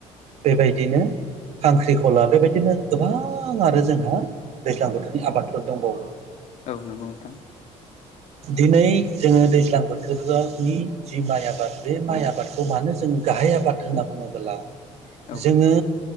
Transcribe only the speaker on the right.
बेबायदिनो खांख्रिखला बेबायदिनो गोबां आरो जोंहा दैज्लां बोथोरनि आबादफोर दंबावो
दिनै जोङो दैज्लां बोथोरजो नि जि माइ आबाद बे माइ आबादखौ मानो जों गाहाय आबाद होनना बुङोबोला
जोङो